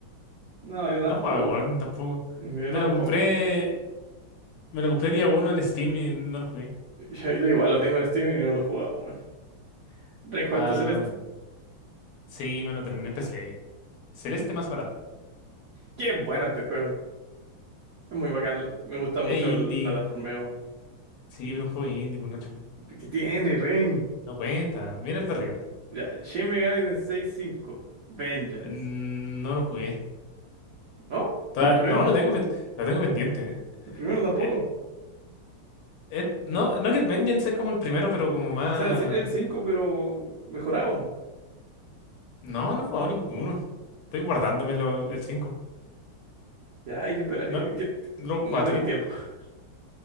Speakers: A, on the right; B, on the left.
A: no, yo tampoco.
B: No jugaba al Golden tampoco.
A: Yo
B: Me
A: tampoco.
B: lo compré. Me lo compré día uno en Steam y no lo jugué.
A: Yo, yo igual lo tengo en Steam y no lo he jugado, weón. Rey Juárez
B: Ah,
A: Celeste.
B: sí, me lo terminé en PC. Celeste más barato.
A: Qué bueno este juego. Es muy bacán. Me gusta mucho
B: Eh,
A: el
B: indie.
A: plataformeo
B: Sí, pero un juego indie, pues Nacho.
A: que tiene, Rain.
B: No cuenta. Mira el de arriba.
A: Ya, Shin Megami Tensei cinco. Vengeance.
B: Eh, No lo jugué.
A: ¿No?
B: Toda-
A: ¿Y el primero?
B: No, lo tengo, pen- lo tengo pendiente.
A: El primero tampoco.
B: Eh, eh, no, no que el Vengeance es como el primero, pero como más.
A: O sea, sí, el 5 pero mejorado.
B: No, no he jugado ninguno. Estoy guardándome el cinco
A: Ya hay que esperar.
B: ¿No
A: eh, Que
B: lo
A: no
B: jugaste
A: tenéis
B: tú?
A: tiempo. <laughs>